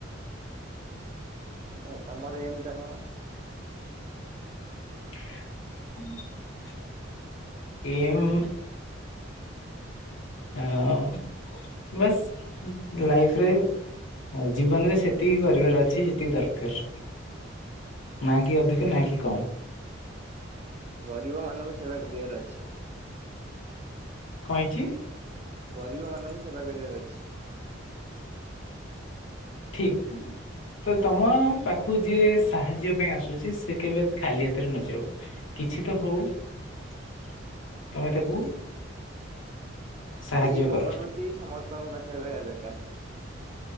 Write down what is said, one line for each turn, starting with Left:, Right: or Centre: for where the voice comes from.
Right: ଭାଇ ତମର ଏମ ଟା କଣ?
Left: ହଁ ଏମ୍ ହ ବାସ୍ ଲାଇଫରେ ଆଉ ଜୀବନରେ ସେତିକି କରିବାର ଅଛି ଯେତିକି ଦରକାର
Right: ଅ
Left: ନାଆ
Right: ଠିକ
Left: କି ଅଧିକ ନାଆ କି କମ୍।
Right: ଗରିବ ମାନଙ୍କୁ ସେବା କରିବାର ଅଛି।
Left: କଇଁଚି।
Right: ଗରିବ ମାନଙ୍କୁ ସେବା କରିବାର ଅଛି।
Left: ଠିକ୍। ତ ତମ ପାଖକୁ ଯିଏ ସାହାଯ୍ୟ ପାଇଁ ଆସୁଛି ସେ କେବେ ଖାଲି ହାତରେ ନଯାଉ କି କିଛି ତ ହଉ।
Right: <inaudible>
Left: ତମେ ତାକୁ
Right: ଏଇ
Left: ସାହାଯ୍ୟ
Right: ଏଇ ମନୋବୃତ୍ତି
Left: କର
Right: ସମସ୍ତଙ୍କ ପାଖରେ ରହିବା ଦରକାର୍।